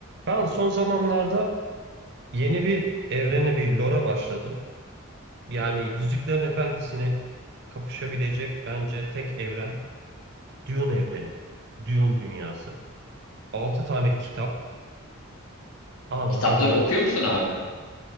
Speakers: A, on the right (about 50°); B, on the left (about 85°).
A: Ben son zamanlarda yeni bir evrene, bir lore'a başladım. Yani Yüzüklerin Efendisi'ni kapışabilecek bence tek evren Dune evreni. Dune dünyası. 6 tane kitap. Abi
B: Kitapları
A: adam ne yazmış
B: okuyor musun
A: ya?
B: abi?